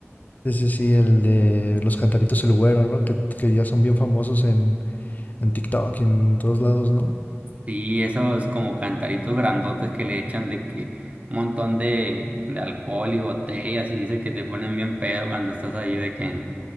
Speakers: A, on the left (about 35°); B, on the right (about 30°).
A: sí, sí, sí, el de los cantaritos el güero, ¿no? Que, que ya son bien famosos en, en TikTok y en todos lados, ¿no?
B: Sí, esos como cantaritos grandotes que le echan de que un montón de, de alcohol y botellas y dice que te ponen bien pedo cuando estás ahí de que...